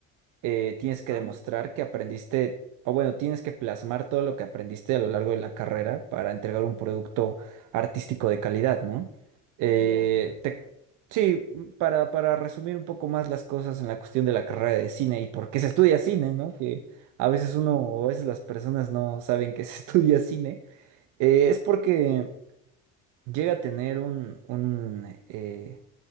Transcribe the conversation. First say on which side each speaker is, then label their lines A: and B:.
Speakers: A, on the right; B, on the right.
A: eh, tienes que
B: Ah,
A: demostrar que aprendiste, o bueno, tienes que plasmar todo lo que aprendiste a lo largo de la carrera para entregar un producto artístico de calidad, ¿no?
B: bien.
A: Eh, te- sí, para, para resumir un poco más las cosas en la cuestión de la carrera de cine y por qué se estudia cine, ¿no? Que a veces uno o a veces las personas no saben que se <laughs> estudia cine, eh, es porque
B: Mm.
A: llega a tener un, un, eh,